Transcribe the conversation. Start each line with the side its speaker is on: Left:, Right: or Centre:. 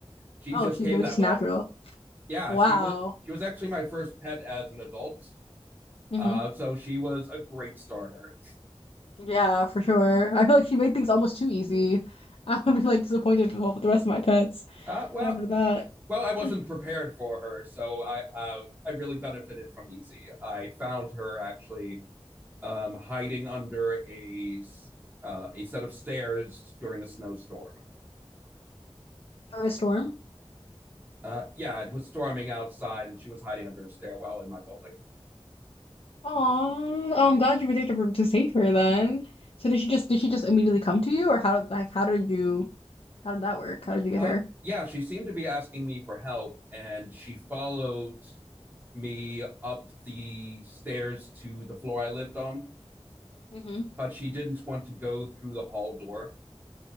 Right: She
Left: Oh,
Right: just
Left: she
Right: came
Left: was
Right: that
Left: just natural.
Right: way. Yeah,
Left: Wow.
Right: she was she was actually my first pet as an adult.
Left: hmm
Right: Uh, so she was a great starter.
Left: Yeah, for sure. I feel like she made things almost too easy. <laughs> I would be like disappointed with all the rest of my pets
Right: Uh, well,
Left: after that.
Right: sh- well, I wasn't
Left: <sighs>
Right: prepared for her, so I uh, I really benefited from Easy. I found her actually um, hiding under a s- uh, a set of stairs during a snowstorm.
Left: Starting a Storm?
Right: Uh, yeah, it was storming outside, and she was hiding under a stairwell in my building.
Left: Aw, oh, I'm glad you were there to, to save her then. So did she just did she just immediately come to you or how did like how did you how did that work? How did you get
Right: Um,
Left: her?
Right: yeah, she seemed to be asking me for help, and she followed me up the stairs to the floor I lived on,
Left: Mm-hmm.
Right: but she didn't want to go through the hall door